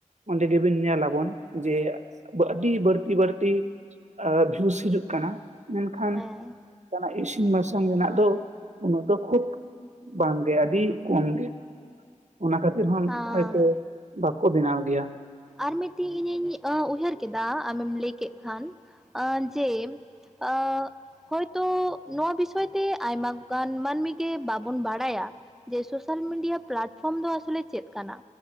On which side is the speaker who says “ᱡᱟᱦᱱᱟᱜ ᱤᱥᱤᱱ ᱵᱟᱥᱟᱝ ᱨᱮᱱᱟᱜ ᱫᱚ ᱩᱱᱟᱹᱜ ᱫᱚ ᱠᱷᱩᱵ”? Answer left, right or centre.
Right